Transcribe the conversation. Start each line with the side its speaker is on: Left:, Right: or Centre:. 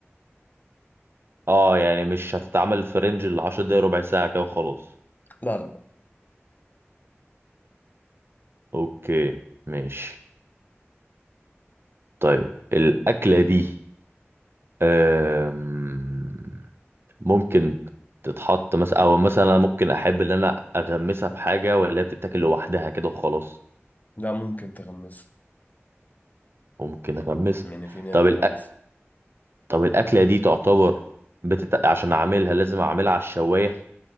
Right: اه يعني مش هتتعمل في رينج ال 10 دقايق ربع ساعه كده وخلاص
Left: لا لا لا
Right: اوكي ماشي طيب الاكله دي أم... ممكن تتحط مثلا او مثلا أنا ممكن احب ان انا اغمسها بحاجه ولا هي بتتاكل لوحدها كده وخلاص
Left: لا ممكن تغمسها
Right: ممكن اغمسها
Left: يعني في ناس
Right: طب
Left: بتغمسها
Right: طب الأكلة دي تعتبر بتت... عشان أعملها لازم أعملها على الشواية؟